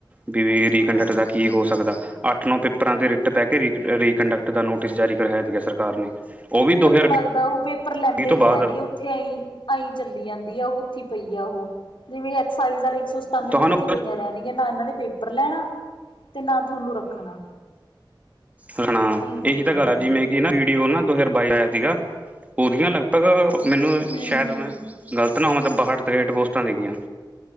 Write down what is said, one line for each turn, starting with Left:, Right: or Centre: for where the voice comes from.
Right: ਬੀ ਬੇਰੀ
Left: ਅੱਛਾ
Right: ਕੰਡਕਟ ਦਾ ਕੀ ਹੋ ਸਾਕਦਾ। ਆੱਠ-ਨੌ ਪੇਪਰਾਂ ਤੇ ਰਿਟ ਪੈ ਕੇ ਰੀ, ਰੀਕੰਡਕਟ ਦਾ ਨੋਟਿਸ ਜਾਰੀ ਕਰੇਆ ਹੋਯਾ ਤੀ ਸਰਕਾਰ ਨੇ। ਉਹ ਵੀ ਦੋ
Left: ਮੈਨੂੰ
Right: ਹਜ਼ਾਰ
Left: ਲਾੱਗਦਾ ਓਹ ਪੇਪਰ ਲੈਂਦੇ
Right: ਵੀਹ ਤੋਂ
Left: ਹੈ
Right: ਬਾਅਦ
Left: ਨੀ ਓਥੇ ਆਂਈ, ਆਂਈ ਚੱਲੀ ਜਾਂਦੀ ਆ ਓਹ ਓਥੇ ਈ ਪਈ ਆ ਓਹ ਜਿਵੇਂ ਐਕਸਸਾਈਜ਼ ਆਲੇ਼ ਇੱਕ ਸੌ ਸਤਾਨਵੇਂ
Right: ਤੁਹਾਨੂੰ
Left: ਉੱਥੇ ਪਈਆਂ ਰਹਿਣਗੀਆਂ ਨਾ ਇਹਨਾਂ ਨੇ ਪੇਪਰ ਲੈਣਾ ਤੇ ਨਾ ਤੁਹਾਨੂੰ ਰੱਖਣਾ।
Right: ਹ
Left: ਰੱਖਣਗੇ
Right: ਇਹੀ ਤਾਂ ਗੱਲ ਆ
Left: ਇਹ
Right: ਜਿਵੇਂ ਕਿ ਨਾ ਵੀਡੀਓ ਨਾ ਦੋ ਹਜ਼ਾਰ ਬਾਈ ਆਇਆ ਸੀਗਾ ਉਹਦੀਆਂ ਲਗ, ਅਗਰ ਮੈਨੂੰ
Left: ਹੂੰ
Right: ਸ਼ਾਇਦ
Left: ਹੂੰ
Right: ਮੈਂ ਗ਼ਲਤ ਨਾ ਹੋਵਾਂ ਤੇ। ਬਾਹਠ ਤ੍ਰੇਹਠ ਪੋਸਟਾਂ ਨਿਕਲੀਆਂ।